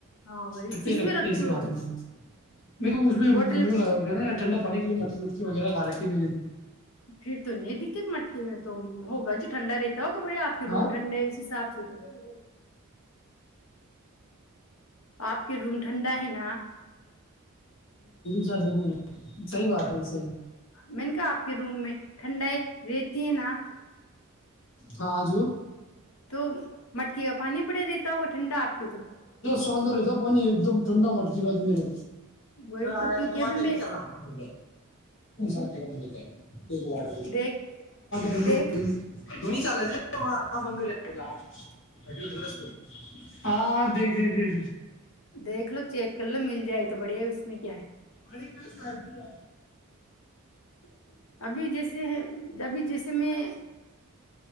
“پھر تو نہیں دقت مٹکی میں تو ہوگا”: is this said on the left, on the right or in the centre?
Left